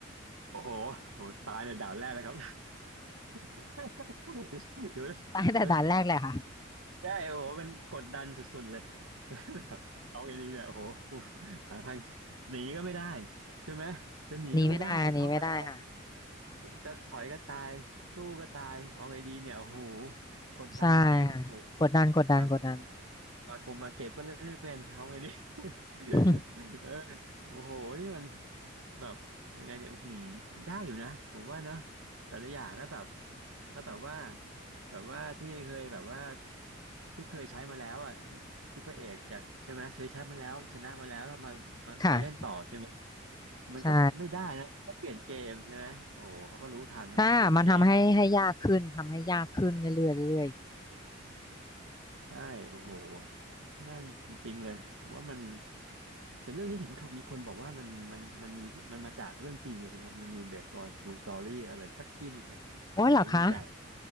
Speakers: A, on the right; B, on the left.
A: โอ้โหโหตายในด่านแรกเลยครับ <laughs> เดี๋ยว
B: <laughs> ตายแต่ด่านแรกเลยค่ะ
A: มันใช่โอ้โหมันกดดันสุดๆเลย <laughs> เอาไงดีเนี่ยโอ้โห หาทางหนีก็ไม่ได้ใช่ไหมจะหนีก็ไม่ได้เข้ามาแล้ว
B: หนีไม่ได้หนีไม่ได้ค่ะ
A: จะถอยก็ตาย สู้ก็ตายเอาไงดีเนี่ยโอ้โห กดดันจริงๆโอ้โห
B: ใช่ค่ะกดดันกดดันกดดัน
A: มากง มากมมาเก็บก็เล่นไม่เป็นเอาไงดิ <laughs>
B: <laughs>
A: เออโอ้โหนี่มันแบบยังไงเดี๋ยวหืมยากอยู่นะผมว่าเนอะแต่ละอย่างแล้วแบบแล้วแบบว่าแบบว่าที่เคยแบบว่าที่เคยใช้มาแล้วอ่ะที่ที่พระเอกอยากใช่ไหมเคยใช้มาแล้วชนะมาแล้วแล้วมามามาเล่นต่อใช่ไหม
B: ค่ะ
A: มันก็ไม่ได้นะก็เปลี่ยนเกมใช่ไหมโอ้โหเขาก็รู้ทันแล้วก็เปลี่ยนเกม
B: ใช่ถ้ามันทำให้ให้ยากขึ้นทำให้ยากขึ้นเรื่อยๆเรื่อย
A: ใช่โอ้โหนั่นจริงๆเลยผมว่ามันแต่เรื่องนี้เห็นเขามีคนบอกว่ามันมันมันมีมันมาจากเรื่องจริงเลยใช่ไหมครับมันมี based on true story อะไรสักที่หนึ่งอ่ะผมไม่แน่ใจ
B: ๆโอ้ยเหรอคะ